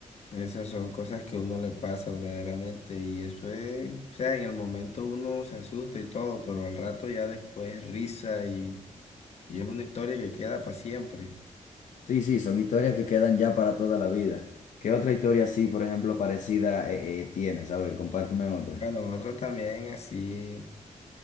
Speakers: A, on the left; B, on the left.
A: Esas son cosas que a uno le pasa verdaderamente y eso es, o sea, en el momento uno se asusta y todo, pero al rato ya después risa y, y es una historia que queda para siempre.
B: Sí, sí, son historias que quedan ya para toda la vida. ¿Qué otra historia así, por ejemplo, parecida eh, eh, tienes? A ver, compárteme otra.
A: Bueno, otro también así